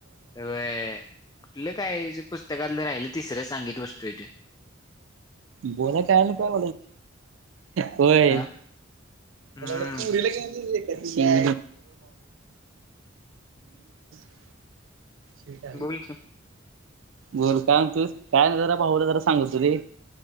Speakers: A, on the left; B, on the right.
A: व्हय कुठलं काय पुस्तकातलं राहिलं. तिसरं सांगीत बसतोय तो.
B: बोलाय कळायला नको. काय बोलायच.
A: हा हम्म
B: व्हय. <unintelligible> नाही
A: बोल की
B: बोल काय म्हणतोस. काय नाही जरा भाऊला जरा सांगत हुतो रे.